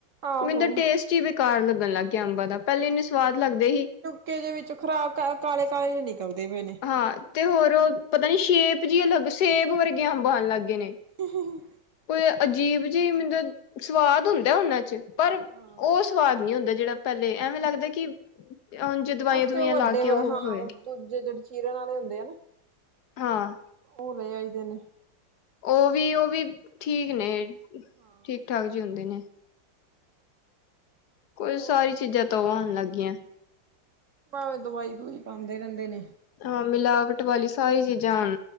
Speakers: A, on the right; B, on the left.
A: ਆਹੋ।
B: ਮੈਨੂੰ ਤਾਂ ਟੇਸਟ ਹੀ ਬੇਕਾਰ ਲੱਗਣ ਲੱਗ ਗਿਆ ਅੰਬਾਂ ਦਾ, ਪਹਿਲੇ ਇੰਨੇ ਸਵਾਦ ਲੱਗਦੇ ਸੀ
A: ਤੇ ਇਹਦੇ ਵਿੱਚ ਖ਼ਰਾਬ ਕਾਲੇ -ਕਾਲੇ ਚ ਨਿਕਲਦੇ ਪਏ ਨੇ।
B: ਹਾਂ ਤੇ ਹੋਰ ਪਤਾ ਨੀ ਸ਼ੇਪ ਜਿਹੀ ਅਲਗ ਸੇਬ ਵਰਗੇ ਅੰਬ ਆਉਣ ਲੱਗ ਗਏ ਨੇ
A: ਹ ਹ
B: ਕੋਈ ਅਜੀਬ ਜਿ ਮਤਲਬ ਸਵਾਦ ਹੁੰਦਾ ਉਹਨਾਂ ਚ ਪਰ ਉਹ
A: ਹਾਂ।
B: ਸਵਾਦ ਨਹੀਂ ਹੁੰਦਾ ਜਿਹੜਾ ਪਹਿਲੇ ਐਵੇਂ ਲੱਗਦਾ ਕਿ ਉਜਂ ਦਵਾਈਆਂ
A: ਅਸੀ
B: ਦਵਵਾਈਆਂ
A: ਤੇ ਉਹ ਵੱਡੇ
B: ਲਾ ਕੇ ਉਹ
A: ਹਾਂ
B: ਹੋਏ
A: ਦੂਜੇ ਜਿਹੜੇ ਚੀਰਨ ਵਾਲੇ ਹੁੰਦੇ ਆ ਨਾ
B: ਹਾਂ
A: ਭੋਲੇ ਆਈਦੇ ਨੇ
B: ਉਹ ਵੀ, ਉਹ ਵੀ ਠੀਕ ਨੇ,
A: ਹਾਂ।
B: ਠੀਕ -ਠਾਕ ਜੀ ਹੁੰਦੇ ਨੇ ਕੋਈ
A: ਹੋਰ
B: ਸਾਰੀ ਚੀਜ਼ਾਂ ਤਾਂ ਉਹ ਆਉਣ ਲੱਗ ਗਈਆਂ
A: ਭਾਵੇਂ ਦਵਾਈ ਦੂਈ ਪਾਉਂਦੇ ਰਹਿੰਦੇ ਨੇ
B: ਹਾਂ ਮਿਲਾਵਟ ਵਾਲੀ ਸਾਰੀ ਚੀਜ਼ਾਂ ਹੁਣ